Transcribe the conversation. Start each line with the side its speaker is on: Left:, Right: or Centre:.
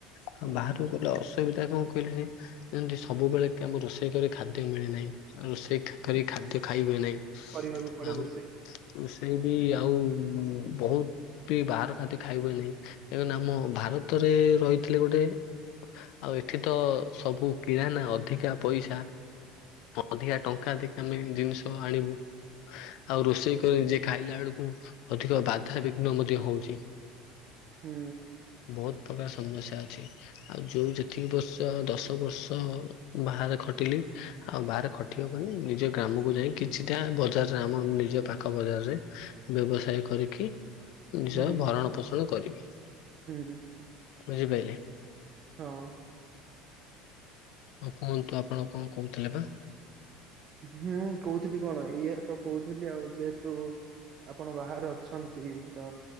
Left: ଆଉ
Right: ହୁଁ
Left: ବାହାରକୁ ତ ଅସୁବିଧା କଣ କହିଲେ ଯେମତି ସବୁବେଳେ କି ଆମକୁ ରୋଷେଇ କରି ଖାଦ୍ୟ ମିଳେନାହିଁ ରୋଷେଇ କରି ଖାଦ୍ୟ ଖାଇ ହୁଏ ନାହିଁ।
Right: କରିବାକୁ ପଡେ
Left: ଆଉ
Right: ରୋଷେଇ।
Left: ରୋଷେଇ ବି ଆଉ ବହୁତ ବି ବାହାର ଖାନ୍ତି ଖାଇହୁଏ ନାହିଁ। ଏବଂ ଆମ ଭାରତରେ ରହି ଥିଲେ ଗୋଟେ ଆଉ ଏଠି ତ ସବୁ କିରାାନ ଅଧିକା ପଇସା। ଅଧିକା ଟଙ୍କା ଦେଇକି ଆମେ ଜିନିଷ ଆଣିବୁ ଆଉ ରୋଷେଇ କରି ନିଜେ ଖାଇଲା ବେଳକୁ ଅଧିକ ବାଧାବିଘ୍ନ ମଧ୍ୟ ହଉଛି।
Right: ହୁଁ।
Left: ବହୁତ ପ୍ରକାର ସମସ୍ୟା ଅଛି ଆଉ ଯୋଉ ଯେତିକି ବର୍ଷ ଦଶ ବର୍ଷ ବାହାରେ ଖ ଆଉ ବାହ ଖଟିବ ମାନ ନିଜ ଗ୍ରାମକୁ ଯାଇ କିଛିଟା ବଜାରରେ ଆମ ନିଜ ପାଖ ପାଙ୍କ ବଜାରରେ ବ୍ୟବସାୟ କରିକି ନିଜ
Right: ହୁଁ ହୁଁ
Left: ଭରଣ ପୋଷଣ କରିବି।
Right: ହୁଁ,
Left: ବୁଝିପାଇଲେ?
Right: ହଁ।
Left: ଆଉ କୁହନ୍ତୁ ଆପଣ କଣ କହୁଥିଲେ ପା?
Right: ହୁଁ କହୁଥିଲି କଣ ଇଏ ତ କହୁଥିଲି ଆଉ ଯେହେତୁ ଆପଣ ବାହାରେ ଅଛନ୍ତି ତ